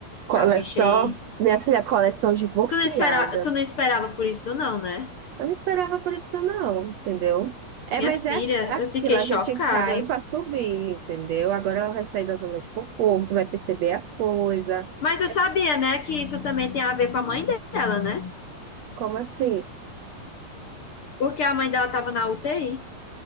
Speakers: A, on the right (about 80°); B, on the left (about 55°).
A: Coleção,
B: a bicha aí.
A: minha filha, coleção divorciada.
B: Tu não espera... tu não esperava por isso, não, né?
A: Eu não esperava por isso, não, entendeu? É,
B: Minha
A: mas
B: filha,
A: é é aquilo,
B: eu fiquei
A: a
B: chocada.
A: gente cai para subir, entendeu? Agora ela vai sair da zona de conforto, vai perceber as coisas.
B: Mas eu
A: É
B: sabia, né, que isso também tem a ver com a mãe dela, né?
A: como assim?
B: Porque a mãe dela estava na UTI.